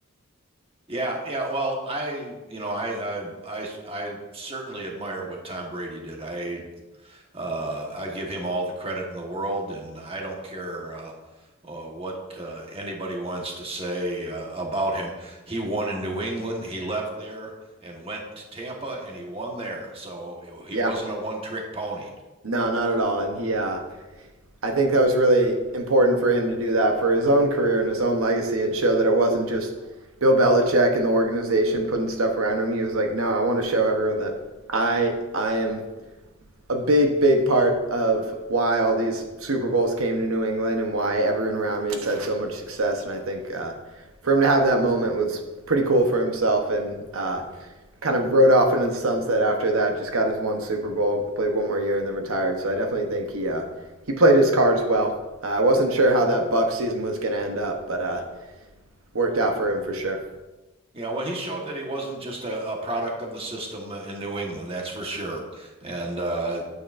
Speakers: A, on the right; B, on the right.
A: Yeah, yeah. Well, I, you know, I, I, I, I certainly admire what Tom Brady did. I Uh, I give him all the credit in the world, and I don't care uh, uh, what uh, anybody wants to say uh, about him. He won in New England. He left there and went to Tampa, and he won there. So he
B: Yeah,
A: wasn't a one-trick pony.
B: no, not at all. And he, uh, I think that was really important for him to do that for his own career and his own legacy and show that it wasn't just Bill Belichick and the organization putting stuff around him. He was like, no, I want to show everyone that I, I am a big, big part of why all these Super Bowls came to New England and why everyone around me has had so much success. And I think uh, for him to have that moment was pretty cool for himself and uh, kind of rode off into the sunset after that. Just got his one Super Bowl, played one more year, and then retired. So I definitely think he uh, he played his cards well. Uh, I wasn't sure how that Buck season was going to end up, but uh, worked out for him for sure.
A: Yeah, well, he showed that he wasn't just a, a product of the system in New England, that's for sure. And uh,